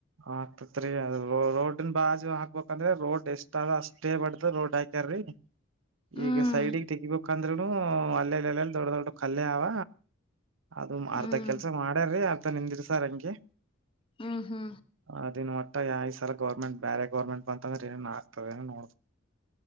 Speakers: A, on the right; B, on the left.
A: ಆಗ್ತೇತ್ ರೀ ಅದ ರೋಡ್ನ್ ಬಾಜು ಹಾಕ್ಬೇಕಂದ್ರೆ ರೋಡ್ ಎಷ್ಟದ ಅಷ್ಟೇ ಬಡ್ದ ರೋಡ್ ಹಾಕ್ಯಾರಿ
B: ಹ್ಮ್
A: ಈಗ ಸೈಡಗ್ ತೆಗಿಬೇಕಂದ್ರೂನು ಅಲ್ಲಲ್ಲಿ ಅಲ್ಲಲ್ ದೊಡ್ಡ ದೊಡ್ಡ ಕಲ್ಲು ಅವ ಅದು
B: ಹ್ಮ್
A: ಅರ್ಧ ಕೆಲ್ಸ ಮಾಡ್ಯಾರ್ರೀ ಅರ್ಧ ಅಂಗೆ ನಿಂದಿರ್ಸಾರ್ ಹಂಗೆ.
B: ಹಾ ಹಾ
A: ಅದನ್ ಒಟ್ಟ ಯಾವ್ ಸಲ ಗೌರ್ಮೆಂಟ್ ಬೇರೆ ಗೌರ್ಮೆಂಟ್ ಬಂತ ಅಂದ್ರೆ ಏನನ್ ಆಗ್ತವ ಏನ ನೋಡ್-